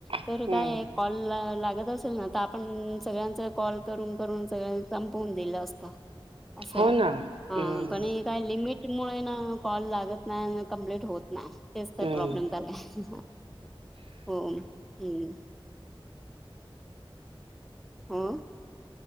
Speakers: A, in the centre; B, on the right (about 75°).
A: तर
B: हम्म
A: काय कॉल - लागत असेल ना? तर आपण सगळ्यांचा कॉल करून करून सगळ्यांच संपवून दिलं असत. असंय.
B: हो ना
A: हां.
B: हम्म
A: पण हे काय लिमिट- मुळे ना कॉल लागत नाय न कंप्लीट होत नाय. तेच तर
B: हम्म
A: प्रॉब्लेम झालाय. हो. हं. हो.